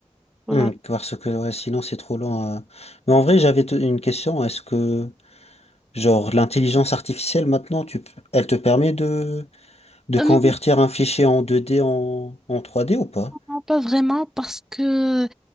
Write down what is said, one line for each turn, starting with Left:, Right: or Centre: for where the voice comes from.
Centre: voilà.
Left: Hmm, parce que ouais, sinon c'est trop lent. euh. Mais en vrai, j'avais te- une question. Est-ce que, genre, l'intelligence artificielle maintenant, tu, p- elle te permet de, de
Centre: Euh,
Left: convertir un fichier en 2D en, en 3D ou pas?
Centre: non, pas vraiment, parce que